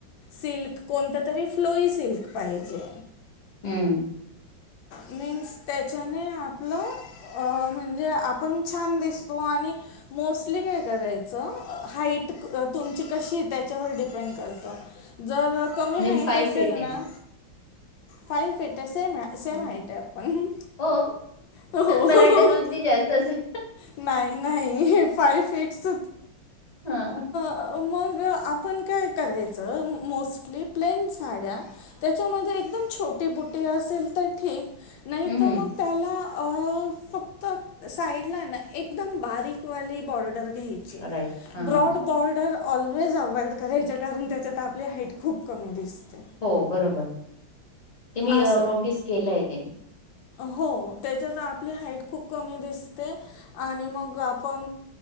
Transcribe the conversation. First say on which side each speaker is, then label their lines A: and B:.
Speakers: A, on the left (about 80°); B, on the left (about 30°).
A: सिल्क कोणत तरी फ्लोई सिल्क पाहिजे
B: हम्म
A: मीन्स त्याच्याने आपलं अ म्हणजे आपण छान दिसतो आणि मोस्टली काय करायचं हाईट तुमची कशी त्याच्यावर डिपेंड करतं जर कमी
B: मी
A: हाईट
B: फाय
A: असेल
B: फीट आहे
A: ना फाई फिटे मि. असे
B: हम्म
A: माहित आपण
B: हो
A: हो
B: मला वाटतं दोन ती जास्त असेल
A: नाही नाही फाय फिट स
B: हा
A: मग आपण काय करायचं मोस्टली प्लेन साड्या त्याच्यामध्ये एकदम छोटी बुटी असेल तर ठीक नाही
B: हम्म
A: तर
B: हम्म
A: मग त्याला फक्त साईडला आहे ना एकदम बारीक बॉर्डर घ्यायची
B: राईट हां
A: ब्राॅड
B: हां
A: बॉर्डर ऑलवेज अवॉइड करायच्या कारण त्याच्यात आपली हाईट खूप कमी दिसते
B: हो बरोबर ते मी
A: असं
B: नोटीस केलंय ते
A: हो त्याच्यात आपली हाईट खूप कमी दिसते आणि मग आपण